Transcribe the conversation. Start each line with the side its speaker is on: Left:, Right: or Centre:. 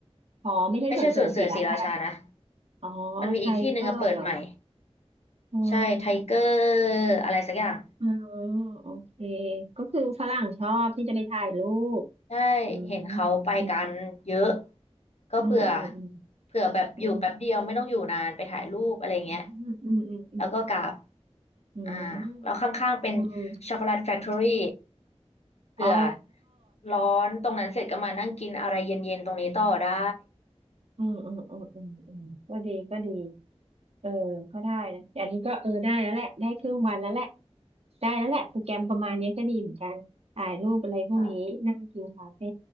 Right: อ๋อไม่ใช่สวนเสริมศรีราชานะ
Left: ไม่ใช่สวนเสือศรีราชานะ
Right: อ๋อไทเกอร์เหรอ
Left: มันมีอีกที่หนึ่งอะเปิดใหม่
Right: อ๋อ
Left: ใช่ไทเกอร์อะไรสักอย่าง
Right: อ๋อโอเคก็คือฝรั่งชอบที่จะไปถ่ายรูป
Left: ใช่เห็นเขาไปกันเยอะ
Right: อืมอืม
Left: ก็เผื่อ
Right: อืมอืมอืม
Left: เผื่อแบบอยู่แป๊บเดียวไม่ต้องอยู่นานไปถ่ายรูปอะไรเงี้ย
Right: อืมอืมอืมอืม
Left: แล้วก็กราฟ
Right: อืมอืม
Left: อ่า แล้วข้างๆเป็น
Right: อืมอืม
Left: ช็อกโกแลตแฟคทอรี่เผื่อ
Right: อ๋อ
Left: ร้อนตรงนั้นเสร็จก็มานั่งกินอะไรเย็นๆตรงนี้ต่อได้
Right: อืมอืมอืมอืมอืมก็ดีก็ดีเออก็ได้นะอันนี้ก็เออได้แล้วแหละได้ครึ่งวันแล้วแหละได้แล้วแหละโปรแกรมประมาณนี้ก็ดีเหมือนกันถ่ายรูปอะไรพวกนี้นั่งกินคาเฟ่
Left: ค่ะ